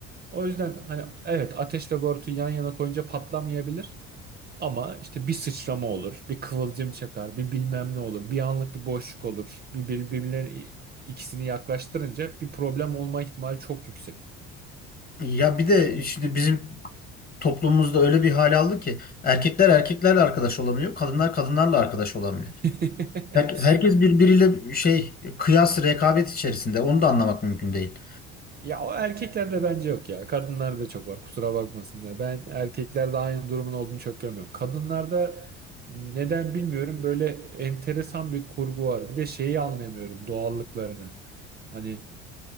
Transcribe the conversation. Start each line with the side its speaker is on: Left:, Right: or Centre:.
Right: O yüzden hani evet ateşle barutu yan yana koyunca patlamayabilir. Ama işte bir sıçrama olur, bir kıvılcım çakar, bir bilmem ne olur, bir anlık bir boşluk olur. Bir birbirlerinin ikisini yaklaştırınca bir problem olma ihtimali çok yüksek.
Left: Ya bir de şimdi bizim toplumumuzda öyle bir hal aldı ki erkekler erkeklerle arkadaş olamıyor, kadınlar kadınlarla arkadaş olamıyor.
Right: <laughs>
Left: Her- herkes birbiriyle şey kıyas rekabet içerisinde. Onu da anlamak mümkün değil.
Right: Ya o erkeklerde bence yok ya. Kadınlarda çok var. Kusura bakmasınlar. Ben erkeklerde aynı durumun olduğunu çok görmüyorum. Kadınlarda neden bilmiyorum böyle enteresan bir kurgu var. Bir de şeyi anlayamıyorum doğallıklarını. Hani